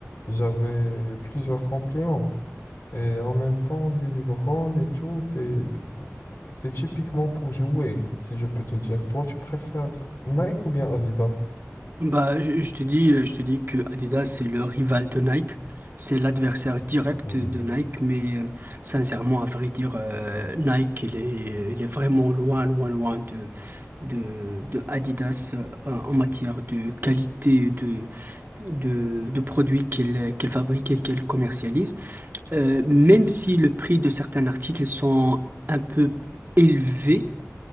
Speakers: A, on the left; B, on the right.
A: J'avais plusieurs compliments. Et en même temps, les Libran et tout, c'est c'est typiquement pour jouer, si je peux te dire. Toi, tu préfères Nike ou bien Adidas?
B: Bah, je, je te dis, euh, je te dis que Adidas, c'est le rival de Nike. C'est l'adversaire direct
A: Oui,
B: de Nike. Mais euh, sincèrement, à vrai dire, euh, Nike, il est, il est vraiment loin, loin, loin de, de, de Adidas euh, en matière de qualité de, de, de produits qu'il qu'il fabrique et qu'il commercialise. Euh, même si le prix de certains articles sont un peu élevés,